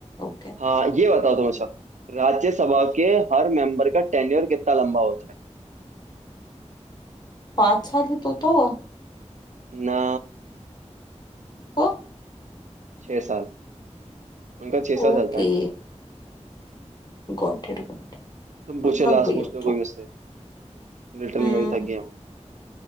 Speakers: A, on the left (about 35°); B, on the right (about 85°).
A: ओके
B: हाँ ये बताओ तुम अच्छा राज्यसभा के हर मेंबर का टेन्योर कितना लंबा होता है
A: पांच साल ये तो तो हुआ
B: ना
A: तो
B: छह साल उनका छह साल
A: Okay
B: चलता है ना
A: got it got it.
B: तुम पूछो
A: मैं थक
B: लास्ट
A: गई
B: पूछ
A: अब
B: लो
A: तो
B: कोई मुझसे लिटरली
A: हम्म
B: मैं भी थक गया हूँ